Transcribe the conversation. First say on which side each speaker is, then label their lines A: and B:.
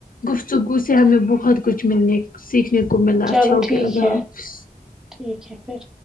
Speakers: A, on the left; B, in the centre.
A: گفتگو سے ہمیں بہت کچھ ملنے سیکھنے کو ملا
B: چلو
A: اچھا ہوگیا
B: ٹھیک
A: اللہ
B: ہے
A: حافظ
B: ٹھیک ہے پھر